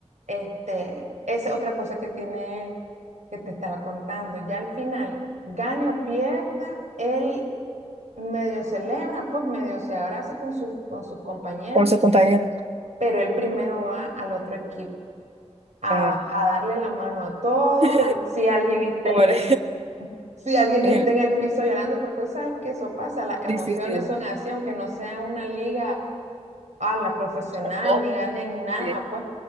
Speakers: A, on the right (about 80°); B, on the right (about 60°).
A: este, es otra cosa que tiene él que te estaba contando. Ya al final, gane o pierda, él medio celebra, pues medio se abraza con sus, con sus compañeros,
B: con sus compañeros.
A: pero él primero va al otro equipo a,
B: Ah,
A: a darle la mano a todos,
B: <laughs>
A: al- si alguien está
B: pobre.
A: en el, si alguien está
B: Ñe.
A: en el piso llorando, porque sabes que eso pasa, las emociones
B: Sí, sí, sí.
A: son así, aunque no sea una liga a la profesional,
B: Ah,
A: ni ganen nada,
B: Sí,
A: pues,